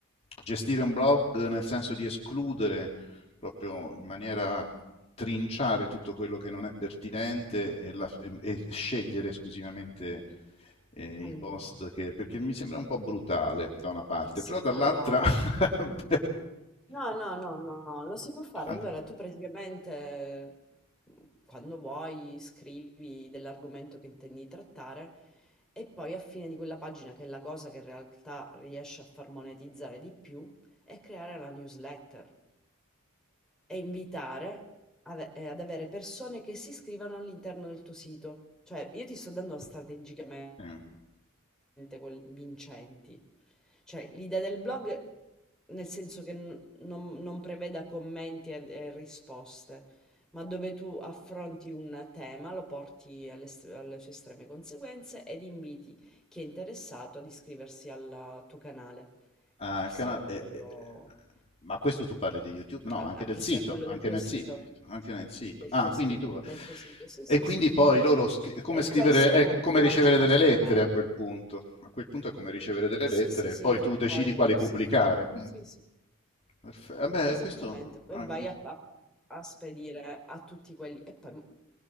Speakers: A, on the left; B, in the centre.
A: gestire un blog nel senso di escludere proprio in maniera trinciare tutto quello che non è pertinente e, la- e- e scegliere esclusivamente eh,
B: allora,
A: i post che, perché mi sembra un po' brutale da una parte,
B: sì,
A: però dall'altra...
B: allora.
A: <laughs>
B: No, no, no, no, lo si può fare.
A: Tanto,
B: Allora, tu praticamente mm, quando vuoi scrivi dell'argomento che intendi trattare e poi a fine di quella pagina, che è la cosa che in realtà riesce a far monetizzare di più, è creare la newsletter e invitare ad, eh, ad avere persone che si iscrivano all'interno del tuo sito. Cioè, io ti sto dando strategicamente
A: eh.
B: quelle vincenti. Cioè, l'idea del blog, nel senso che n- non, non preveda commenti e, e risposte, ma dove tu affronti un tema, lo porti alle, est- alle sue estreme conseguenze ed inviti chi è interessato ad iscriversi al tuo canale,
A: Ah,
B: che
A: il
B: sia
A: canale, eh,
B: quello,
A: eh, eh, ma questo tu parli di YouTube? No,
B: a-
A: anche
B: a-
A: del
B: che
A: sito,
B: sia quello
A: anche
B: del tuo
A: nel
B: sito.
A: sito, anche nel sito.
B: Del
A: Ah,
B: tuo sito,
A: quindi tu...
B: del tuo sito, sì,
A: E
B: sì,
A: quindi
B: sì.
A: poi loro, scri- è come
B: E
A: scrivere,
B: questo è
A: è
B: uno-
A: come
B: un
A: ricevere
B: ottimo
A: delle
B: strumento.
A: lettere a quel punto. A quel punto è come ricevere delle
B: Sì,
A: lettere,
B: sì, sì,
A: e poi tu decidi
B: poi
A: quali pubblicare.
B: sì, sì,
A: Mm.
B: sì.
A: Perfe- eh beh,
B: Esattamente,
A: questo...
B: poi
A: ah,
B: vai a, a- a spedire a tutti quelli e poi mh,